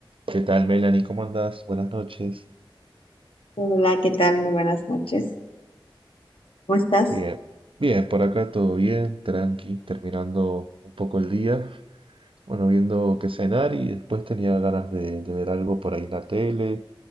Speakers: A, on the right (about 75°); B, on the left (about 80°).
A: ¿Qué tal, Melanie? ¿Cómo andás? Buenas noches.
B: Hola, ¿qué tal? Muy buenas noches. ¿Cómo estás?
A: Bien, bien, por acá todo bien, tranqui, terminando un poco el día. Bueno, viendo qué cenar y después tenía ganas de, de ver algo por ahí en la tele.